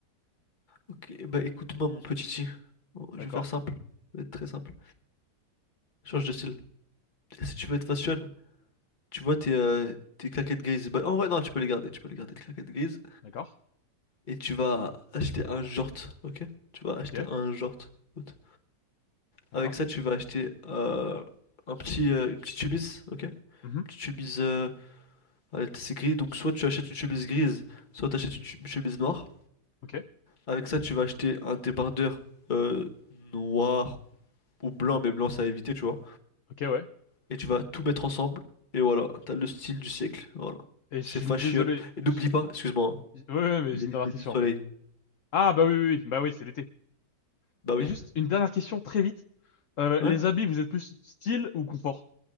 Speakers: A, on the left; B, on the left.
A: Ok, bah écoute-moi, mon petit T. Bon, je
B: D'accord,
A: vais faire simple. Je vais être très simple. Change de style. Si tu veux être fashion, tu vois tes, euh, tes claquettes grises. Bah, en vrai, non, tu peux les garder. Tu peux les garder, tes claquettes grises.
B: d'accord,
A: et tu vas acheter un short, ok? Tu vas acheter
B: ok,
A: un short, écoute.
B: d'accord.
A: Avec ça, tu vas acheter euh, un petit, euh, une petite chemise, ok? Une
B: Mhm.
A: petite chemise, euh, allez, c'est gris, donc soit tu achètes une chemise grise, soit tu achètes une, ch- une chemise noire.
B: Ok,
A: Avec ça, tu vas acheter un débardeur euh, noir ou blanc, mais blanc, c'est à éviter, tu vois.
B: ok, ouais.
A: Et tu vas tout mettre ensemble, et voilà, t'as le style du siècle, voilà.
B: Et
A: C'est
B: je suis
A: fashion.
B: désolé,
A: Et n'oublie
B: j'ai...
A: pas, excuse-moi, hein,
B: j'ai- Ouais, ouais, mais
A: les
B: j'ai une
A: lunettes
B: dernière question
A: de soleil.
B: après. Ah, bah oui, oui, oui, bah oui, c'est l'été.
A: Bah oui.
B: Et juste une dernière question, très vite. Euh,
A: Ouais?
B: les habits, vous êtes plus style ou confort?